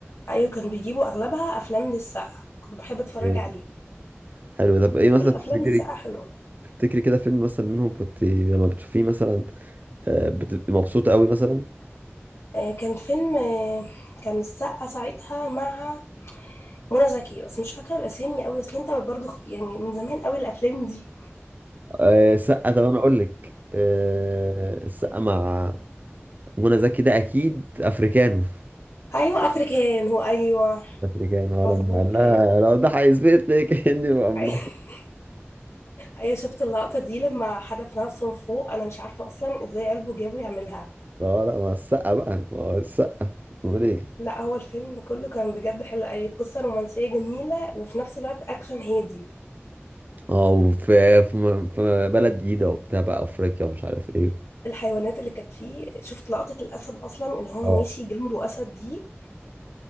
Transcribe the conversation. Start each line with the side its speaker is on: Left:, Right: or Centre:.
Left: ايوه كان بيجيبوا اغلبها افلام للسقا كنت بحب اتفرج
Right: جامد.
Left: عليه
Right: حلو طب ايه
Left: هي
Right: مثلا
Left: كل افلام
Right: <laughs> تفتكري
Left: السقا حلوه
Right: تفتكري كده فيلم مثلا منهم كنت لما بتشوفيه مثلا آه، بتبقي مبسوطة قوي مثلا
Left: آه كان فيلم آه كان السقا ساعتها مع منى زكي بس مش فاكره الاسامي قوي اصل انت برضو خط- يعني من زمان قوي الافلام دي
Right: آه، السقا طب انا اقول لك آه، السقا مع منى زكي ده اكيد افريكانو
Left: ايوه افريكان هو ايوه
Right: افريكانو انا
Left: مظبوط
Right: لما قال لها
Left: ايوه
Right: لو ده هيثبت لك <laughs> اني مقمطة
Left: <laughs> ايوه شفت اللقطه دي لما حدف نفسه من فوق انا مش عارفه اصلا ازاي قلبه جابه يعملها
Right: اه لا مع السقا بقى ما هو السقا امال ايه
Left: لا هو الفيلم كله كان بجد حلو اي قصه رومانسيه جميله وفي نفس الوقت اكشن هادي
Right: اه وفي في في بلد جديدة وبتاع بقى افريقيا ومش عارف ايه
Left: الحيوانات اللي كانت فيه شفت لقطة الأسد أصلا اللي هو
Right: اه
Left: ماشي جنبه أسد دي